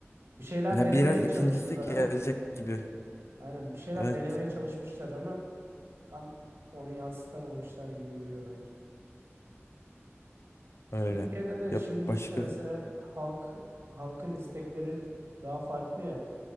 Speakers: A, on the right (about 55°); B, on the left (about 65°).
A: Bir şeyler
B: Ya
A: denemeye
B: biraz
A: çalıştılar
B: ikincisi gelecek
A: ama
B: gibi.
A: aynen bir şeyler
B: Evet,
A: denemeye çalışmışlar ama tam onu yansıtamamışlar gibi duruyor bence. Türkiye'de
B: öyle.
A: de
B: Ya
A: şimdi
B: başka.
A: işte mesela halk halkın istekleri daha farklı ya.